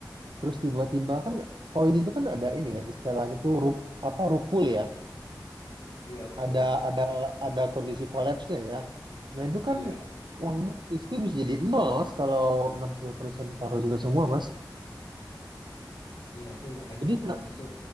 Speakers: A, on the right; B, on the left.
A: terus tiba-tiba kan koin itu kan ada ini ya istilahnya tuh rup, apa rupul ya
B: iya Rukul
A: ada ada ada kondisi kolapsnya ya. Nah itu kan
B: iya
A: uang Mas itu bisa jadi nol mas kalau 60% taruh situ semua mas.
B: iya itu makanya
A: Jadi
B: kemarin
A: sa-
B: itu